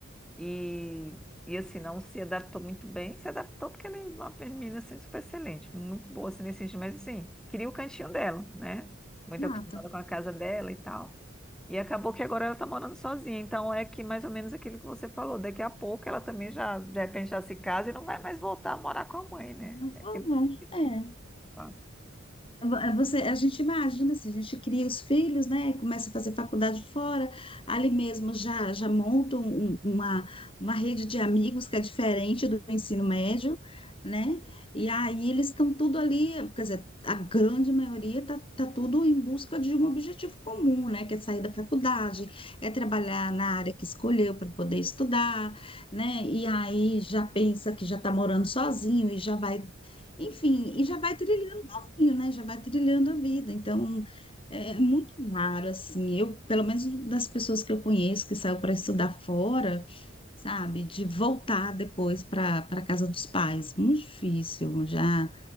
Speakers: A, in the centre; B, on the left.
A: e, e assim, não se adaptou muito bem, se adaptou porque ela é uma menina assim, super excelente, muito boa assim, nesse sentido, mas assim, queria o cantinho dela, né? Muito
B: Exato.
A: acostumada com a casa dela e tal. E acabou que agora ela tá morando sozinha, então é que mais ou menos aquilo que você falou, daqui a pouco ela também já, de repente, já se casa e não vai mais voltar a morar com a mãe, né?
B: Não,
A: É aquilo que eu acredito,
B: É, é.
A: tá?
B: É, é, Você, a gente imagina assim, a gente cria os filhos, né? Começa a fazer faculdade fora, ali mesmo já já montam um- uma, uma rede de amigos que é diferente do ensino médio, né? E aí eles estão tudo ali, quer dizer, a grande maioria tá, tá tudo em busca de um objetivo comum, né? Que é sair da faculdade, é trabalhar na área que escolheu para poder estudar, né? E aí já pensa que já está morando sozinho e já vai Enfim, e já vai trilhando caminho, né? Já vai trilhando a vida. Então, é é muito raro, assim. Eu, pelo menos das pessoas que eu conheço que saiu para estudar fora, sabe? De voltar depois para para casa dos pais. Muito difícil. Já,